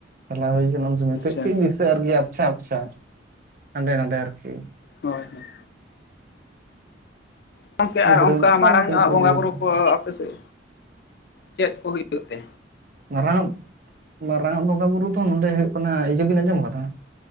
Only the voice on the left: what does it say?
ᱟᱪᱪᱷᱟ
ᱦᱳᱭ ᱦᱳᱭ ᱜᱚᱝᱠᱮ
ᱟᱨ ᱚᱱᱠᱟ
ᱢᱟᱨᱟᱝ
ᱧᱚᱜ ᱟᱜ
ᱵᱚᱸᱜᱟ
ᱵᱩᱨᱩ
ᱠᱚ ᱟᱯᱮ ᱥᱮᱫ ᱪᱮᱫ ᱠᱚ ᱦᱩᱭᱩᱜ ᱛᱮ